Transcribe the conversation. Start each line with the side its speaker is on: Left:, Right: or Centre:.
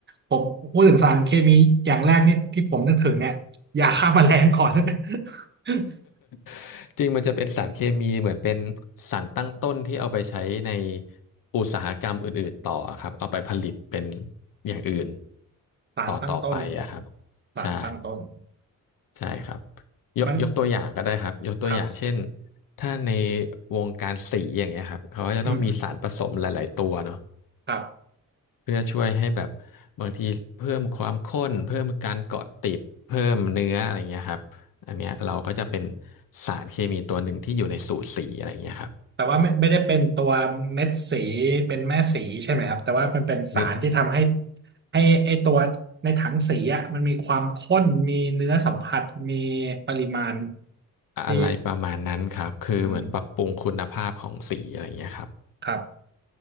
Right: ผมพูดถึงสารเคมีอย่างแรกนี่ที่ผมนึกถึงเนี่ยยาฆ่าแมลงก่อน <laughs>
Left: <laughs> จริงมันจะเป็นสารเคมีเหมือนเป็นสารตั้งต้นที่เอาไปใช้ในอุตสาหกรรมอื่นๆต่อครับเอาไปผลิตเป็นอย่างอื่น
Right: สารตั้งต้น
Left: ต่อต่อไปอะครับ
Right: สารตั้งต้น
Left: ใช่ ใช่ครับยกยกตัวอย่างก็ได้ครับยกตัวอย่างเช่น
Right: มันครับ
Left: ถ้าในวงการสีอย่างเงี้ยครับเขาก็จะต้องมีสารผสมหลายๆตัวเนาะ
Right: อืมอืมครับ
Left: เพื่อช่วยให้แบบบางทีเพิ่มความข้นเพิ่มการเกาะติดเพิ่มเนื้ออะไรเงี้ยครับอันเนี้ยเราก็จะเป็นสารเคมีตัวหนึ่งที่อยู่ในสูตรสีอะไรเงี้ยครับ
Right: แต่ว่าไม่ไม่ได้เป็นตัวเม็ดสีเป็นแม่สีใช่ไหมครับแต่ว่ามันเป็นสารที่ทำให้
Left: นี่
Right: ให้ไอตัวในถังสีอ่ะมันมีความข้นมีเนื้อสัมผัสมีปริมาณ
Left: อะไรประมาณนั้นครับคือเหมือนปรับปรุงคุณภาพของสีอะไรเงี้ยครับ
Right: ที่อืมครับ